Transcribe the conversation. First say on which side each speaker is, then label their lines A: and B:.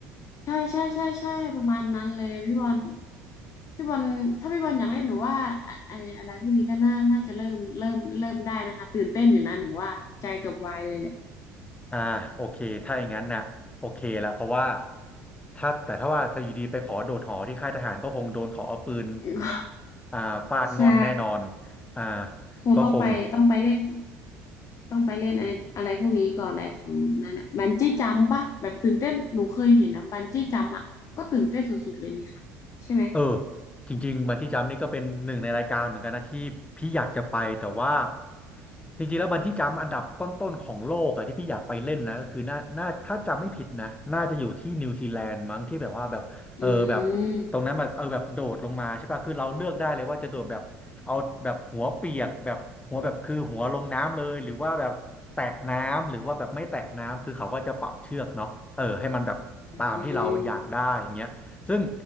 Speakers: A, on the left; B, on the left.
A: ใช่ใช่ใช่ใช่ประมาณนั้นเลยพี่บอลพี่บอลถ้าพี่บอลอยากเล่นหนูว่าอะไออะไรพวกนี้ก็น่าน่าจะเริ่มเริ่มเริ่มได้นะคะตื่นเต้นอยู่นะหนูว่าใจเกือบวายเลยแหละ
B: อ่าโอเคถ้าอย่างนั้นน่ะโอเคละเพราะว่าถ้าแต่ถ้าว่าจะอยู่ดีไปขอโดดหอที่ค่ายทหารก็คงโดนขอเอาปืน
A: <laughs>
B: อ่าฟาดง่อนแน่นอน
A: ใช่
B: อ่า
A: คงต้องไปต้องไปเล่น
B: ก็คง
A: ต้องไปเล่นอะไรอะไรพวกนี้ก่อนอะไรแถวนั้นอ่ะบันจี้จัมปะแบบตื่นเต้นหนูเคยเห็นนะบันจี้จัมอ่ะก็ตื่นเต้นสุดๆเลยนี่ค่ะใช่ไหม
B: เออจริงๆบันจี้จัมป์นี่ก็เป็นหนึ่งในรายการเหมือนกันนะที่พี่อยากจะไปแต่ว่าจริงๆแล้วบันจี้จัมป์อันดับต้นๆของโลกอะที่พี่อยากไปเล่นนะก็คือน่าน่าถ้าจำไม่ผิดนะน่าจะอยู่ที่นิวซีแลนด์มั้งที่แบบว่าแบบเออแบบตรงนั้นมันเออแบบโดดลงมาใช่ป่ะคือเราเลือกได้เลยว่าจะโดดแบบเอาแบบหัวเปียกแบบหัวแบบคือหัวลงน้ำเลยหรือว่าแบบแตะน้ำหรือว่าแบบไม่แตะน้ำคือเขาก็จะปรับเชือกเนาะเออให้มันแบบตามที่เราอยากได้อย่างเงี้ยซึ่ง
A: อืม อืม